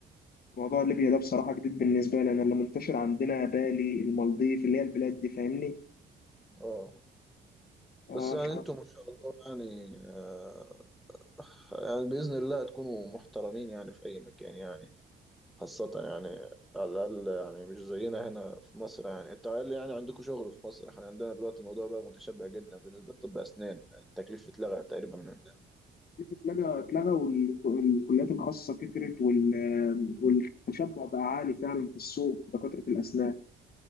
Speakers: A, on the left (about 50°); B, in the centre.
A: موضوع ليبيا ده بصراحة جديد بالنسبة لي انا اللي منتشر عندنا بالي المالديف اللي هي البلاد دي فاهمني
B: اه
A: آه،
B: بس يعني
A: ف
B: انتوا ما شاء الله يعني آه، يعني بإذن الله تكونوا محترمين يعني في أي مكان يعني خاصة يعني على الأقل يعني مش زينا هنا في مصر يعني أنت قال لي يعني عندكم شغل في مصر إحنا عندنا دلوقتي الموضوع بقى متشبع جدا بالنسبة لطب أسنان التكليف اتلغى تقريبا من عندنا
A: اتلغى اتلغى وال- والكليات الخاصة كترت وال- والتشبع بقى عالي فعلا في السوق في دكاترة الأسنان